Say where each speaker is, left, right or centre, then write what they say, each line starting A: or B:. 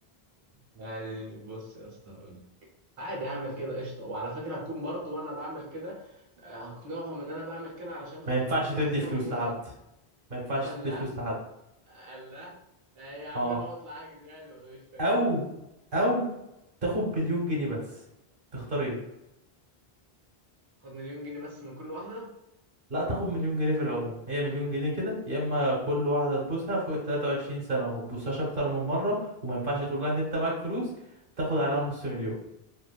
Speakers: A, on the right; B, on the right.
A: يعني بص يا اسطى هقول لك. عادي اعمل كده قشطه وعلى فكره هكون برضو وانا بعمل كده آه، هقنعهم ان انا بعمل كده علشان خاطر
B: ما ينفعش
A: فلوس
B: تدي
A: وهقسمها
B: فلوس
A: بالنص
B: لحد ما ينفعش
A: قال
B: تدي
A: لا
B: فلوس لحد
A: قال لا آه، يا عم
B: اه
A: هو اطلع اجري يعني ولا مش فاهم
B: او او تاخد مليون جنيه بس تختار ايه
A: خد مليون جنيه بس من كل واحده
B: لا تاخد مليون جنيه في العموم هي مليون جنيه كده يا اما كل واحدة تبوسها فوق ال 23 سنة وما تبوسهاش اكتر من مرة وما ينفعش تقول لها ان انت معاك فلوس تاخد عليها نص مليون